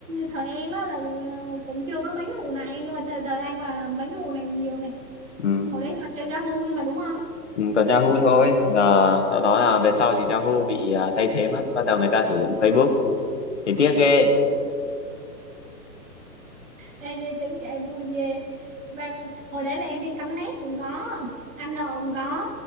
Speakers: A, on the right; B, on the left.
A: thời em á là ờ, cũng chưa có mấy cái vụ này nhưng mà thời, thời anh là mấy cái vụ này nhiều này
B: ừ.
A: hồi đấy toàn chơi Yahoo thôi mà đúng không
B: Ừ, còn Yahoo thôi giờ sau đó là về sau thì Yahoo bị ờ, thay thế mất bắt đầu người ta sử dụng Facebook thì
A: ừ
B: tiếc ghê
A: Ê, đi tính kể vui ghê và hồi đấy là em đi cắm nét cũng có ăn nợ cũng có